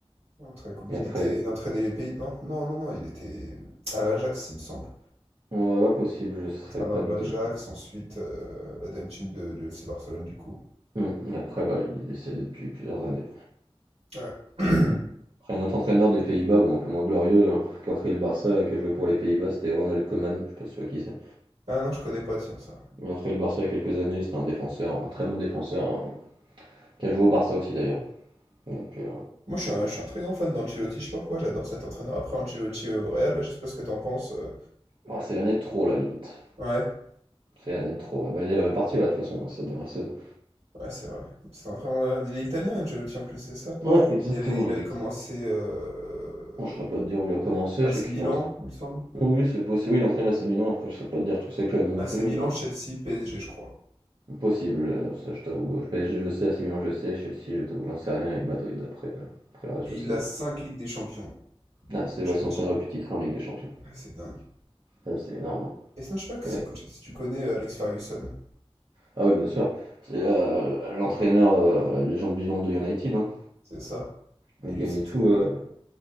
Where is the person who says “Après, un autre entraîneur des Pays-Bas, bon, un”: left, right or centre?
Right